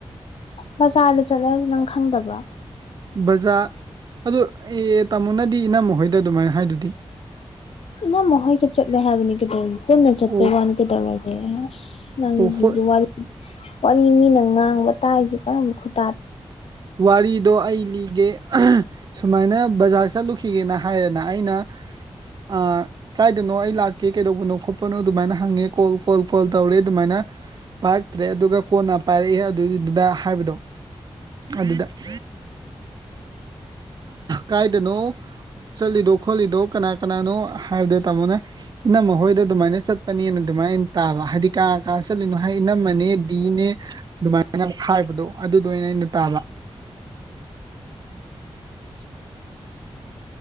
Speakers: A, on the left (about 70°); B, on the right (about 40°).
A: ꯕꯖꯥꯔꯗ ꯆꯠꯂꯦꯁꯦ ꯅꯪ ꯈꯪꯗꯕ
B: ꯕꯖꯥꯔ ꯑꯗꯨ ꯑꯦ ꯇꯥꯃꯣꯅꯗꯤ ꯏꯅꯝꯃꯥꯃꯣꯏꯗ ꯑꯗꯨꯃꯥꯏꯅ ꯍꯥꯏꯗꯨꯗꯤ
A: ꯏꯅꯝꯃꯥ ꯍꯣꯏꯒ ꯆꯠꯂꯦ ꯍꯥꯏꯕꯅꯤ ꯀꯩꯗꯧꯔꯦ ꯄꯨꯟꯅ ꯆꯠꯄꯩ
B: ꯑꯣ
A: ꯋꯥꯅ ꯀꯩꯗꯧꯔꯒꯦ ꯑꯁ ꯅꯪꯖꯤꯖꯨ
B: ꯑꯣ ꯍꯣꯏ
A: ꯋꯥꯔꯤ ꯋꯥꯔꯤ ꯃꯤꯅ ꯉꯥꯡꯕ ꯇꯥꯏꯁꯦ ꯀꯔꯝꯕ ꯈꯨꯠ
B: ꯋꯥꯔꯤꯗꯣ ꯑꯩ ꯂꯤꯒꯦ ꯁꯨꯃꯥꯏꯅ ꯕꯖꯥꯔ ꯆꯠꯂꯨꯈꯤꯒꯦꯅ ꯍꯥꯏꯔꯦꯅ ꯑꯩꯅ ꯑꯥ ꯀꯥꯏꯗꯅꯣ ꯑꯩ ꯂꯥꯛꯀꯦ ꯀꯩꯗꯧꯕꯅꯣ ꯈꯣꯠꯄꯅꯣ ꯑꯗꯨꯃꯥꯏꯅ ꯍꯪꯉꯦ ꯀꯣꯜ ꯀꯣꯜ ꯀꯣꯜ ꯇꯧꯔꯦ ꯑꯗꯨꯃꯥꯏꯅ ꯄꯥꯏꯔꯛꯇ꯭ꯔꯦ ꯑꯗꯨꯒ ꯀꯣꯟꯅ ꯄꯥꯏꯔꯛꯑꯦ ꯑꯗꯨꯒꯤꯗꯨꯗ ꯍꯥꯏꯕꯗꯣ ꯑꯗꯨꯗ <unintelligible> ꯀꯥꯏꯗꯅꯣ ꯆꯠꯂꯤꯗꯣ ꯈꯣꯠꯂꯤꯗꯣ ꯀꯅꯥ ꯀꯅꯥꯅꯣ ꯍꯥꯏꯕꯗ ꯇꯝꯃꯣꯅꯦ ꯏꯅꯝꯃꯥ ꯍꯣꯏꯗ ꯑꯗꯨ ꯃꯥꯏꯅ ꯆꯠ ꯆꯠꯄꯅꯦꯅ ꯑꯗꯨꯃꯥꯏꯅ ꯇꯥꯕ ꯍꯥꯏꯗꯤ ꯀꯥ ꯀꯥ ꯆꯠꯂꯤꯅꯣ ꯍꯥꯏ ꯏꯅꯝꯃꯅꯦ ꯕꯤꯅꯦ ꯑꯗꯨꯃꯥꯏꯅ <unintelligible> ꯍꯥꯏꯕꯗꯣ ꯑꯗꯨꯗꯣ ꯑꯣꯏꯅ ꯑꯩꯅ ꯇꯥꯕ <inaudible>